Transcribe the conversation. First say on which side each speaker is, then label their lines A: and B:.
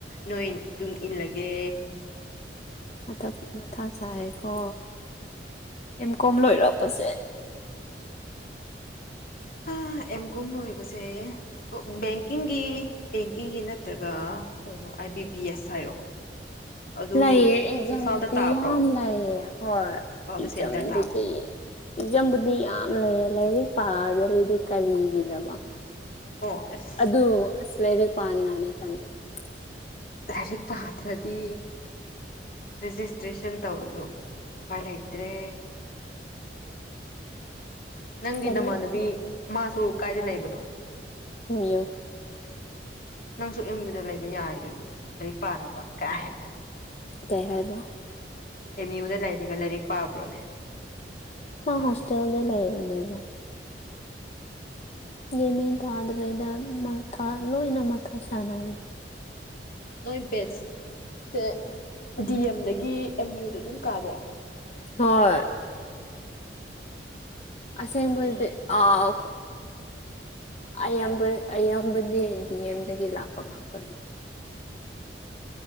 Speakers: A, on the left; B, on the left.
A: ꯅꯣꯏ ꯇꯨꯡ ꯏꯜꯂꯒꯦ꯫
B: ꯃꯊꯛꯏꯃꯊꯥ ꯁꯥꯏꯌꯦꯀꯣ ꯑꯦꯝ ꯀꯣꯝ ꯂꯣꯏꯔꯛꯄꯁꯦ꯫
A: ꯍꯥꯥ ꯑꯦꯝ ꯀꯣꯝ ꯂꯣꯏꯕꯁꯦ꯫ ꯕꯦꯡꯀꯤꯡꯒꯤ ꯕꯦꯡꯀꯤꯡꯒꯤ ꯅꯠꯇ꯭ꯔꯒ ꯀꯩꯅꯣ ꯑꯏ ꯕꯤ ꯕꯤ ꯑꯦꯁ ꯍꯥꯏꯔꯣ꯫ <inaudible>
B: ꯂꯩꯌꯦ ꯑꯦꯛꯖꯥꯝꯕꯨꯗꯤ
A: ꯏꯝꯐꯥꯜꯗ ꯇꯥꯕ꯭ꯔꯣ
B: ꯌꯥꯝ ꯂꯩꯌꯦ ꯍꯣꯏ
A: ꯏꯝꯐꯥꯜꯗ
B: ꯑꯦꯛꯖꯥꯝꯕꯨꯗꯤ꯫
A: ꯁꯦꯟꯇꯔ ꯇꯥꯕ꯭ꯔꯣ
B: ꯑꯦꯛꯖꯥꯝꯕꯨꯗꯤ ꯌꯥꯝ ꯂꯩꯌꯦ ꯂꯥꯏꯔꯤꯛ ꯄꯥꯗ꯭ꯔꯗꯤ ꯀꯔꯤꯒꯤꯗꯕꯅꯣ꯫
A: ꯑꯣ ꯑꯁ
B: ꯑꯗꯨ ꯑꯁ ꯂꯥꯏꯔꯤꯛ ꯄꯥꯅꯤꯡꯉꯥꯏꯅꯦ ꯇꯟꯕꯁꯦ꯫
A: ꯂꯥꯏꯔꯤꯛ ꯄꯥꯗꯔꯥꯗꯤ ꯔꯦꯖꯤꯁꯇ꯭ꯔꯦꯁꯟ ꯇꯧꯔꯁꯨ ꯎꯄꯥꯏ ꯂꯩꯇ꯭ꯔꯦ ꯅꯪꯒꯤ
B: ꯇꯜꯂꯦ
A: ꯅꯃꯥꯟꯅꯕꯤ
B: ꯇꯜꯂꯦ.
A: ꯃꯥꯁꯨ ꯀꯥꯏꯗ ꯂꯩꯕꯅꯣ
B: ꯃꯤꯌꯨ
A: ꯅꯪꯁꯨ ꯑꯦꯝꯌꯨꯗ ꯂꯩꯕ ꯌꯥꯔꯤꯗꯨꯅꯤ ꯂꯥꯏꯔꯤꯛ ꯄꯥꯅꯕ ꯀꯥ ꯍꯥꯟꯅ
B: ꯀꯩ ꯍꯥꯏꯕ
A: ꯑꯦꯝ ꯌꯨꯗ ꯂꯩꯔꯒ ꯂꯥꯏꯔꯤꯛ ꯄꯥꯕ꯭ꯔꯣꯅꯦ
B: ꯃꯥ
A: ꯃꯥꯗꯤ
B: ꯍꯣꯁꯇꯦꯜꯗ ꯂꯩꯕꯅꯦꯕ
A: <inaudible>
B: ꯒ꯭ꯌꯥꯟ ꯃꯦꯟ ꯇꯥꯗ꯭ꯔꯦꯗ ꯃꯊꯥ ꯂꯣꯏꯅ ꯃꯊꯥ ꯁꯥꯟꯅꯔꯦ
A: ꯅꯣꯏ ꯕꯦꯠꯁ ꯁꯦ ꯗꯤ ꯑꯦꯝꯗꯒꯤ ꯑꯦꯝ ꯌꯨꯗ ꯑꯗꯨꯝ ꯀꯥꯕ꯭ꯔꯣ
B: ꯍꯣꯏ ꯑꯁꯦꯡꯕ
A: ꯅꯨꯡꯉꯥꯏ
B: ꯗꯤ ꯑꯥꯎ ꯑꯌꯥꯝꯕ ꯑꯌꯥꯝꯕꯗꯤ ꯗꯤ ꯑꯦꯝꯗꯒꯤ ꯂꯥꯛꯄ ꯉꯥꯛꯇꯅꯦ